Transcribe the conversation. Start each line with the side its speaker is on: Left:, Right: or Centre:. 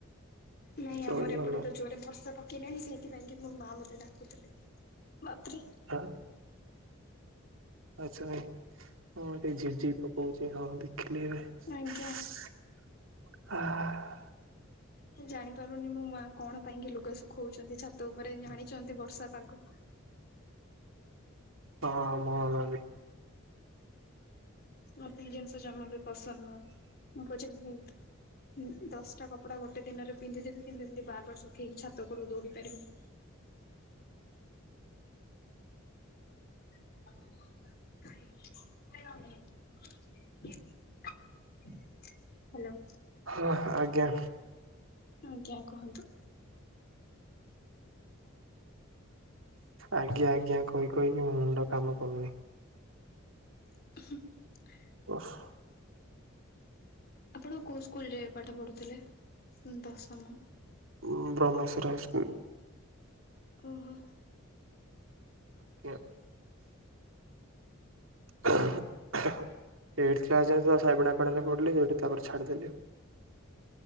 Left: ନାଇଁ
Right: ଚଳିବ
Left: ଆମର ଏପଟେ
Right: ନ
Left: ତ ଯୋରେ ବର୍ଷା ପ ପକେଇଲାଣି ସେଇଥିପାଇଁ କି ମୋ ମା ମତେ ଡାକୁଥିଲେ ବାପରେ
Right: ହଁ। ଆଚ୍ଛା ଭାଇ ହଁ ଏବେ ଝିପି ଝିପି ପକଉଚି ହଁ ଦେଖିଲି ଏବେ।
Left: ଆଜ୍ଞା।
Right: <unintelligible>
Left: ମୁଁ ଜାଣିପାରୁନି ମୋ ମା କଣ ପାଇଁ କି ଲୁଗା ଶୁଖଉଚନ୍ତି ଛାତ ଉପରେ ଜାଣିଚନ୍ତି ବର୍ଷା ପାଗ।
Right: ହଁ ଆମର ବି
Left: ମତେ ଏଇ ଜିିନଷ ଜମା ବି ପସନ୍ଦ ନୁହଁ ମୁଁ କହୁଛି ଦଶଟା କପଡ଼ା ଗୋଟେ ଦିନରେ ପନ୍ଧିଦେବି କିନ୍ତୁ ଏମିତି ବାର୍ ବାର୍ ଶୁଖେଇକି ଛାତ ଉପରକୁ ଦୌଡ଼ି ପାରିବିନି। <unintelligible> ହ୍ୟାଲୋ।
Right: ହଁ ଆଜ୍ଞା।
Left: ଆଜ୍ଞା କୁହନ୍ତୁ।
Right: ଆଜ୍ଞା ଆଜ୍ଞା କହି କହିକି ମୋ ମୁଣ୍ଡ କାମ କରୁନି।
Left: <unintelligible>
Right: <unintelligible>
Left: ଆପଣ କୋଉ ସ୍କୁଲ୍ ରେ ପାଠ ପଢ଼ୁଥିଲେ ଦଶମ?
Right: ଉଁ ବ୍ରହ୍ମେସ୍ଵର ହାଇସ୍କୁଲ୍।
Left: ଓ ହୋ।
Right: <unintelligible> ଏଇଟ୍ କ୍ଲାସ୍ ଯାଏ ତ ସାଇବଣା ପାଣିରେ ପଢୁଥିଲି ଯୋଉଠି ତାପରେ ଛାଡ଼ିଦେଲି।